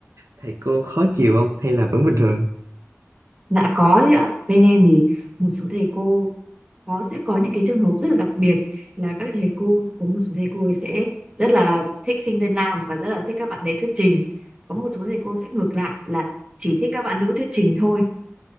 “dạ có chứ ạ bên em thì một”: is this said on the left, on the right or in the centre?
Right